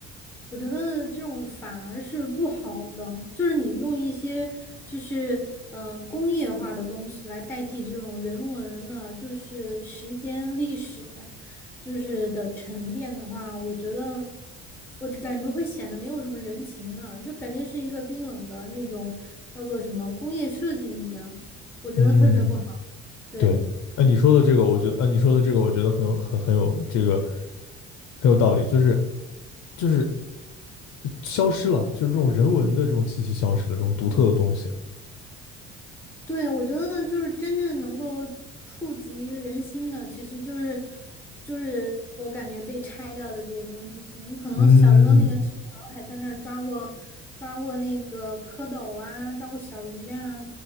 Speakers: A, in the centre; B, on the left (about 50°).
A: 我觉得这种反而是不好的，就是你用一些就是嗯、呃工业化的东西来代替这种人文的，就是时间历史，就是的沉淀的话，我觉得我感觉会显得没有什么人情了，就感觉是一个冰冷的那种叫做什么工业设计一样，我觉得特别不好。
B: 嗯，
A: 对，
B: 对，哎，你说的这个，我觉得，啊，你说的这个，我觉得很有很很有这个很有道理，就是就是消失了，就是这种人文的这种气息消失了，这种独特的东西，
A: 对，我觉得就是真正能够触及人心的，其实就是就是我感觉被拆掉的这些东西。你可能小时候那个池塘还在那儿抓过抓过那个蝌蚪啊，
B: 嗯
A: 抓过小鱼啊，